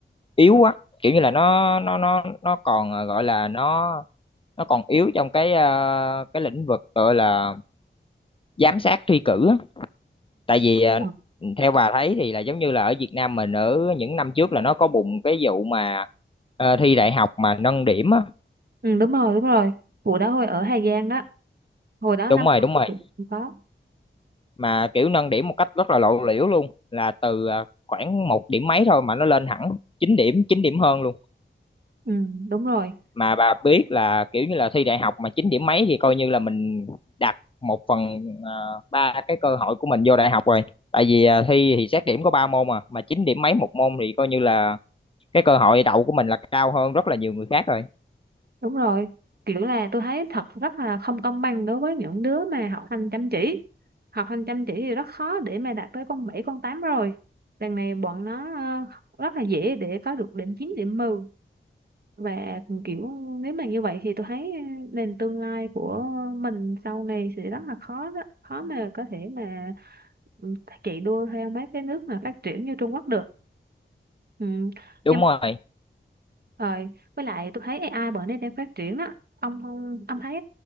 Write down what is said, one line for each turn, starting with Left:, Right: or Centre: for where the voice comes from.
Left: yếu quá kiểu như là nó nó nó nó còn ờ, gọi là nó nó còn yếu trong cái ờ, cái lĩnh vực gọi là giám sát thi cử á. tại vì
Right: Ờ.
Left: ờ, theo bà thấy thì là giống như là ở Việt Nam mình ở những năm trước là nó có bùng cái vụ mà ờ, thi đại học mà nâng điểm á
Right: Ừ, đúng rồi đúng rồi vụ đó hồi ở Hà Giang đó hồi đó
Left: đúng
Right: năm
Left: rồi
Right: tôi
Left: đúng rồi
Right: cũng có
Left: mà kiểu nâng điểm một cách rất là lộ liễu luôn là từ ờ, khoảng một điểm mấy thôi mà nó lên hẳn 9 điểm 9 điểm hơn luôn
Right: ừ, đúng rồi
Left: mà bà biết là kiểu như là thi đại học mà chín điểm mấy thì coi như là mình đặt một phần ờ, ba cái cơ hội của mình vô đại học rồi tại vì ờ, thi thì xét điểm có ba môn mà mà chín điểm mấy một môn thì coi như là cái cơ hội đậu của mình là cao hơn rất là nhiều người khác rồi
Right: đúng rồi kiểu là tôi thấy thật rất là không công bằng đối với những đứa mà học hành chăm chỉ học hành chăm chỉ thì rất khó để mà đạt tới con 7 con 8 rồi đằng này bọn nó ờ, rất là dễ để có được điểm 9 điểm mười và kiểu nếu mà như vậy thì tôi thấy nền tương lai của mình sau này sẽ rất là khó đó. khó mà có thể mà ừ, chạy đua theo mấy cái nước mà phát triển như Trung Quốc được ừ.
Left: đúng
Right: Nhưng
Left: rồi
Right: rồi, với lại tôi thấy AI bữa nay đang phát triển đó. Ông không, ông thấy